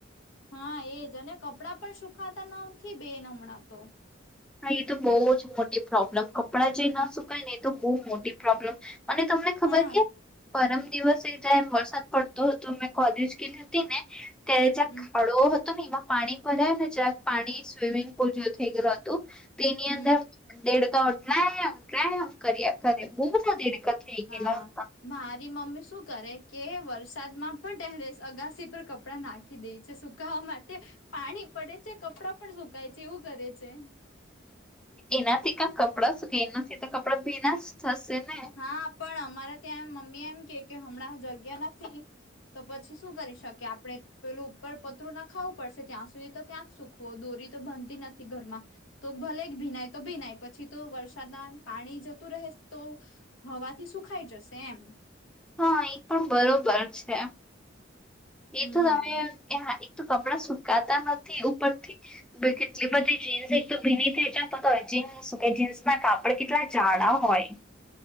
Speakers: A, on the left; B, in the centre.
A: હા એજ અને કપડાં પણ સુખાતા નથી બેન હમણાં તો.
B: હા એ તો બહુ જ મોટી પ્રોબ્લેમ કપડાં જે ના સુકાય ને એ તો બહુ મોટી પ્રોબ્લેમ. અને તમને ખબર
A: હા
B: કે પરમ દિવસે જ્યારે વરસાદ પડતો હતો મેં કોલેજ ગઈ હતી ને ત જ્યાં
A: હમ
B: ખાડો હતો ને એમાં પાણી ભરા્યા ને જ્યાં પાણી સ્વિમિંગ પુલ જેવુ થઈ ગયલુ હતું તેની
A: હમ
B: અંદર દેડકાઓ ટેવ ટેવ કર્યા કરે બો બધા દેડકા થઈ
A: હા.
B: ગયેલા હતા
A: મારી મમ્મી શું કરે કે વરસાદમાં પણ તેરેસે અગાસી પર કપડા નાખી દે છે સુકાવા માટે પાણી પડે છે કપડાં પણ સુકાય છે એવું કરે છે.
B: એનાથી ક કપડા શ કે એનાથી તો કપડા ભીના જ થશે ને
A: હા પણ અમારે ત્યાંમ મમ્મી એમ કે કે હમણાં જગ્યા નથી તો પછી શું કરી શકીએ આપણે પેલું ઉપર પતરું નખાવું પડશે ત્યાં સુધી તો ત્યાં જ સુખવો દોરી તો બનતી નથી ઘરમાં તો ભલે ભીનાય તો ભીનાય પછી તો વરસાદના પાણી જતું રહે તો હવાથી સુખાઈ જશે એમ.
B: હા એ પણ બરોબર છે એ
A: હમ
B: તો તમે કપડાં સુકાતા નથી ઉપરથી કેટલી બધી જીન્સ એક તો ભીની થઈ જાય <unintelligible> કે જીન્સ ના કપડ કેટલા જાડા હોય.